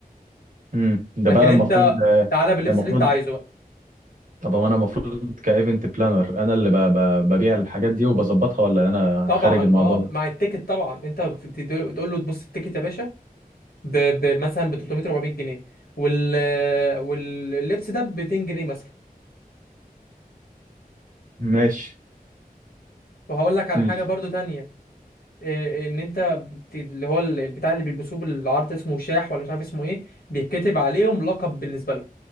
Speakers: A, on the right (about 60°); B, on the left (about 75°).
A: امم ده
B: لكن
A: بقى
B: انت
A: المفروض
B: تعالى باللبس
A: المفروض
B: اللي انت عايزه بقى
A: طب هو انا المفروض كايفنت بلانر انا اللي ب... ب... ببيع الحاجات دي وبظبطها ولا انا
B: طبعا
A: خارج الموضوع
B: اه
A: ده
B: مع التيكت طبعا انت بتقول له تبص التيكت يا باشا ب... ب... مثلا ب 300 400 جنيه وال... واللبس ده ب 200 جنيه مثلا
A: ماشي
B: وهقول لك على
A: ال-
B: حاجه برضو تانية إيه، ان انت بت... اللي هو ال- البتاع اللي بيلبسوه بالعرض اسمه شاح ولا مش عارف اسمه ايه بيتكتب عليهم لقب بالنسبه لهم